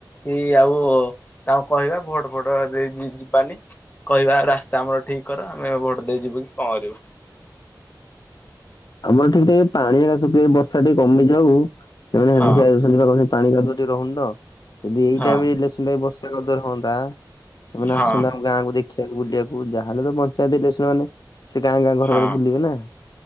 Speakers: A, on the left; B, on the left.
A: କି ଆଉ ତାଙ୍କୁ କହିବା ଭୋଟ୍ ଫୋଟ୍ ଦେଇ ଯି ଯିବାନି କହିବା। ରାସ୍ତା ଆମର ଠିକ୍ କର ଆମେ ଭୋଟ୍ ଦେଇଯିବୁ କି କଣ କରିବୁ।
B: ଆମର ଏଠିକି ଟିକେ ପାଣିଘରିକା ଶୁଖି ବର୍ଷା ଟିକେ କମିଯାଉ ସେମାନେ
A: ହଁ
B: ସେ। ସେଥିପାଇଁ କହୁଛି ପାଣି କାଦୁଅ କମୁନି ତ ସେ ଦିଟାଇମ୍
A: ହଁ
B: ଇଲେକ୍ସନ୍ ଯାଏଁ ବର୍ଷା କାଦୁଅ। ପା ସେମାନେ
A: ହଁ।
B: ଆସନ୍ତୁ ଆମ ଗାଁକୁ ଦେଖ। ଦେଖି ଆକୁ ବୁଲିବାକୁ ଯାହାହେଲେ ପଞ୍ଚାୟତ ହେଲେ ସେ ଗାଁ ଗାଁ ଘର
A: ହଁ
B: ଘର ବୁଲିବେ ନାଁ।